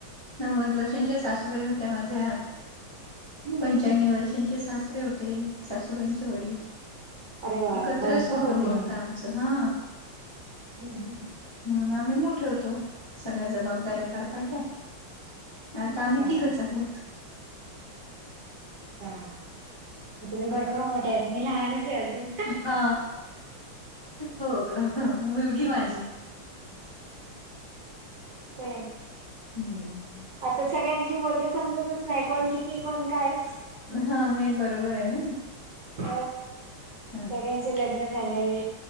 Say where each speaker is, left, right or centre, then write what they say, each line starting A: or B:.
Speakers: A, on the left; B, on the right.
A: नव्वद वर्षांच्या सासूबाई होत्या माझ्या
B: हम्म
A: पंच्या्व
B: हम्म
A: वर्ष त्यांचे सासरे होते. सासूबाईंचे वडील
B: अरे वा
A: एकत्रच
B: भरपूर
A: कुटुंब
B: होते
A: होता आमचा हा
B: हम् हम्
A: हम् आम्ही मोठे होतो सगळ्या जबाबदाऱ्या पार पाडत्या आता
B: अच्छा
A: आम्ही तघच आहोत
B: अच्छा तुम्ही भरपूर मोठे आहेत मी लहानच आहे अजून
A: हा हो ग मुलगी माझी
B: ते
A: हम्म
B: आता सगळ्यांशी बोलते समजतच नाही कोण किती कोण काय
A: हा नाही बरोबर आहे ना
B: अ
A: हा
B: सगळ्यांचे लग्न झालेले